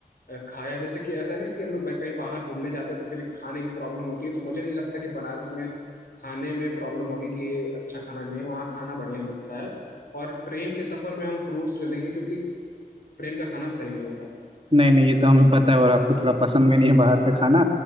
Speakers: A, on the left (about 70°); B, on the right (about 35°).
A: अ, खाया जैसे कि ऐसा ना कि हम लोग भाई कहीं बाहर घूमने जाते हैं तो फिर खाने की प्रॉब्लम होती है तो मुझे नहीं लगता कि बनारस में खाने में प्रॉब्लम होगी कि अच्छा खाना नहीं है। वहाँ खाना बढ़िया मिलता है और ट्रेन के सफर में हम फ्रूट्स ले लेंगे क्योंकि ट्रेन का खाना सही नहीं होता
B: नहीं नहीं ये तो हमें पता है और आपको थोड़ा पसंद भी नहीं है बाहर का खाना